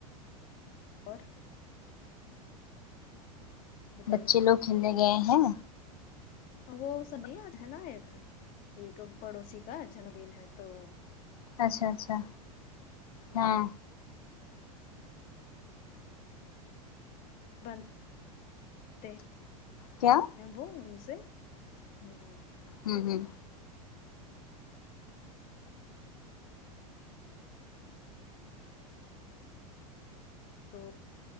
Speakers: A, on the left; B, on the left.
A: اور بتائیے
B: بچے لوگ کھیلنے گئے ہیں
A: وہ سب ہے نا ایک ایک پڑوسی کا جنم دن ہے تو
B: اچھا اچھا ہاں
A: بند دے
B: کیا
A: وہ ان سے ہمم
B: ہوں ہوں
A: تو